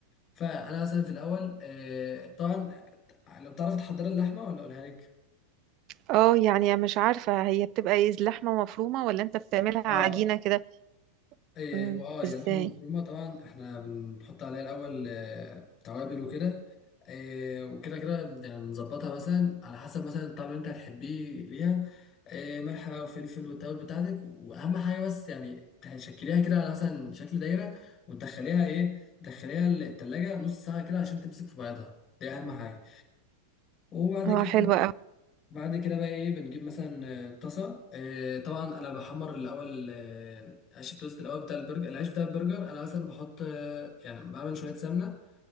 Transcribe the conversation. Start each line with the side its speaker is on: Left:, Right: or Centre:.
Left: فانا مثلا في الاول آه، طبعا لو بتعرف تحضر اللحمه ولا اقولها لك
Right: اه يعني مش عارفة هي بتبقى ايه لحمة مفرومة ولا انت بتعملها
Left: اه
Right: عجينة كده
Left: إيه،
Right: امم
Left: واه يا
Right: ازاي
Left: لحم مفرومه طبعا احنا بنحط عليها الاول آه، توابل وكده إيه، وكده كده يعني بنظبطها مثلا على حسب مثلا الطعم اللي انت هتحبيه ليها إيه، ملح بقى وفلفل والتوابل بتاعتك واهم حاجه بس يعني تشكليها كده على مثلا شكل دايره وتدخليها ايه تدخليها التلاجة نص ساعه كده عشان تمسك في بعضها دي اهم حاجه وبعد
Right: اه
Left: كده
Right: حلوة اوي
Left: بعد كده بقى ايه بنجيب مثلا آه، طاسه آه، طبعا انا بحمر الاول آه، عيش التوست الاول بتاع البرجر العيش بتاع البرجر انا مثلا بحط آه، يعني بعمل شويه سمنه